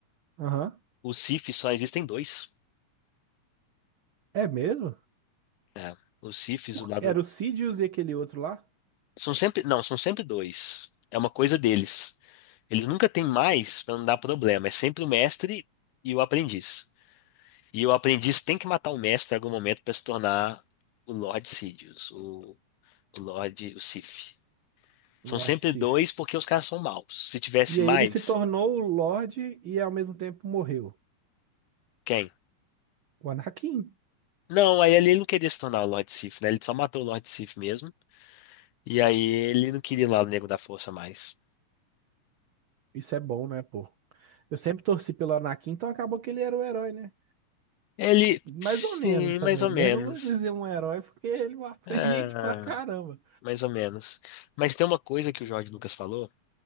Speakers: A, on the right (about 85°); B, on the left (about 80°).
A: Aham.
B: Os Siths só existem dois.
A: É mesmo?
B: É. Os Siths,
A: Por-
B: o lado.
A: quê? Era o Sidious e aquele outro lá?
B: São sempre. Não, são sempre dois. É uma coisa deles. Eles nunca têm mais pra não dar problema. É sempre o mestre e o aprendiz. E o aprendiz tem que matar o mestre em algum momento pra se tornar o Lord Sidious, o, o Lord, o Sith.
A: Lord
B: São sempre
A: Sif.
B: dois porque os caras são maus. Se tivesse
A: E aí
B: mais,
A: ele se tornou o Lorde e ao mesmo tempo morreu.
B: quem?
A: O Anakin.
B: Não, aí ele não queria se tornar o Lord Sif, né? Ele só matou o Lord Sif mesmo. E aí ele não queria ir lá no Nego da Força mais.
A: Isso é bom, né, pô? Eu sempre torci pelo Anakin, então acabou que ele era o herói, né?
B: Ele,
A: Mais
B: sim,
A: ou menos também,
B: mais ou menos.
A: né? Não vou dizer um herói porque ele matou
B: Ah,
A: <laughs> gente pra caramba.
B: mais ou menos. Mas tem uma coisa que o George Lucas falou,